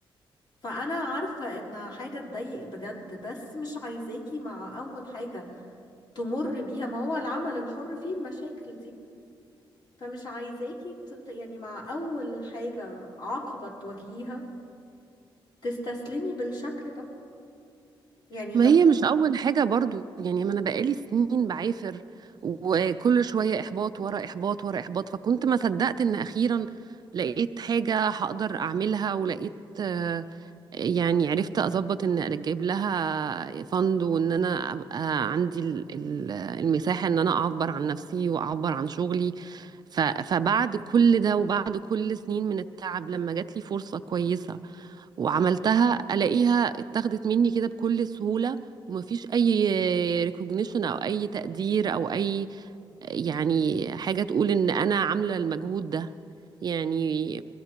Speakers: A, on the left; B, on the right.
A: فانا عارفه ان حاجه تضايق بجد بس مش عايزاكي مع اول حاجه تمر بيها ما هو العمل الحر فيه المشاكل دي فمش عايزاكي تت... يعني مع أول حاجة عقبة تواجهيها تستسلمي بالشكل ده يعني
B: ما
A: طب
B: هي مش أول حاجة برضو يعني ما أنا بقالي سنين بعافر وكل شوية إحباط ورا إحباط ورا إحباط فكنت ما صدقت إن أخيرا لقيت حاجة هقدر أعملها ولقيت آه، يعني عرفت أظبط إن أجيب لها فند وإن أنا أبقى عندي ال- ال- المساحة إن أنا أعبر عن نفسي وأعبر عن شغلي ف- فبعد كل ده وبعد كل سنين من التعب لما جات لي فرصة كويسة وعملتها الاقيها اتاخدت مني كده بكل سهولة ومفيش اي ريكوجنيشن او اي تقدير او اي يعني حاجة تقول ان انا عاملة المجهود ده يعني